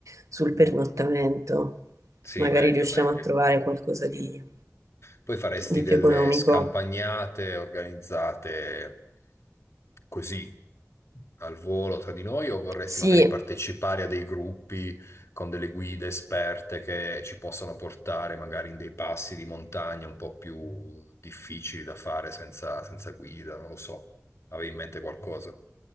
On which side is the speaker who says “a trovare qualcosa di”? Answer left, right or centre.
Right